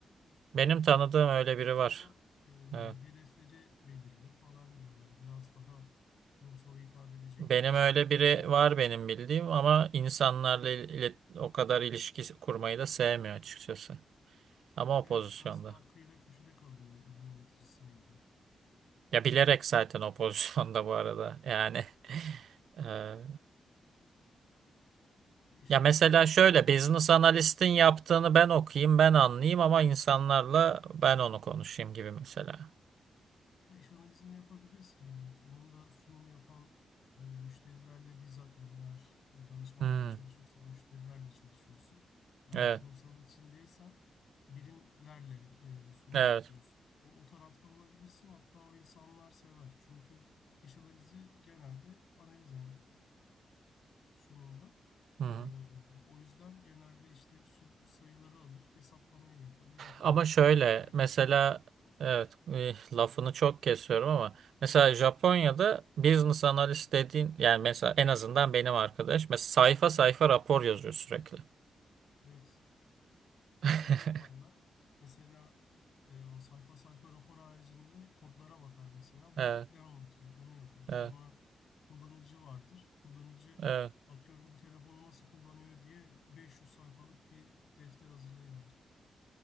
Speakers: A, on the right; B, on the left.
A: Benim tanıdığım öyle biri
B: geçiyor,
A: var.
B: e,
A: Evet.
B: hedefleri belirliyor falan gibi böyle biraz daha kurumsala hitap edecek
A: Benim
B: hesaplamalar
A: öyle biri
B: yapıyor.
A: var benim bildiğim ama insanlarla il- ilet- o kadar ilişki kurmayı da sevmiyor açıkçası. Ama o
B: Evet
A: pozisyonda.
B: biraz daha kıyıda köşede kalıyor ürün yöneticisine göre.
A: Ya bilerek zaten o <laughs> pozisyonda bu arada. Yani <laughs> eee,
B: E, İş
A: Ya
B: analizi
A: mesela
B: ama
A: şöyle
B: yine
A: business
B: sosyallik
A: analist'in
B: ister.
A: yaptığını ben okuyayım, ben anlayayım ama insanlarla ben onu konuşayım gibi mesela.
B: Ve iş analizini yapabilirsin yani. Onun da sunum yapan e, müşterilerle bizzat yani eğer e, danışmanlıkla
A: Hmm,
B: çalışıyorsan müşterilerle çalışıyorsun. Eğer
A: evet,
B: kurumsalın içindeysen birimlerle e, sunum
A: evet.
B: yapıyorsun. O, o tarafta olabilirsin hatta o insanlar sever. Çünkü iş analizi genelde analiz yani sonunda.
A: Hı hı.
B: E, o yüzden genelde işte su- sayıları alır, hesaplamayı yapar, hedefe
A: Ama
B: bakar,
A: şöyle
B: neredeyse
A: mesela
B: der, onu sunar.
A: evet eh, lafını çok kesiyorum ama mesela Japonya'da business analist dediğin yani mesela en azından benim arkadaş mesela sayfa sayfa rapor yazıyor sürekli.
B: Evet,
A: <laughs>
B: şey de yaparlar. Mesela e, o sayfa sayfa rapor haricinde kodlara bakar mesela. Bu
A: Evet,
B: kod ne anlatıyor? Onu yapar. Sonra
A: evet,
B: kullanıcı vardır. Kullanıcı
A: evet.
B: atıyorum bu telefonu nasıl kullanıyor diye 500 sayfalık bir defter hazırlayabilir.